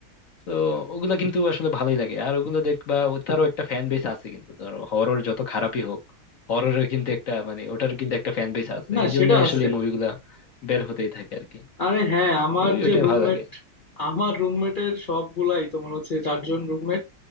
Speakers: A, on the left; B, on the left.
A: তো ওগুলা কিন্তু আসলে ভালোই লাগে আর ওগুলো দেখবা ও- তারও একটা ফ্যান বেস আছে কিন্তু ধরো হরর যত খারাপই হোক হররের কিন্তু একটা মানে ওটার কিন্তু একটা ফ্যান বেস আছে
B: না
A: এই
B: সেটা
A: জন্য আসলে
B: আছে
A: এই মুভিগুলা বের হতেই থাকে আর কি
B: আরে হ্যাঁ আমার
A: ওই
B: যে
A: ওইটাই
B: রুমমেট
A: ভালো লাগে
B: আমার রুমমেটের সবগুলাই তোমার হচ্ছে চারজন রুমমেট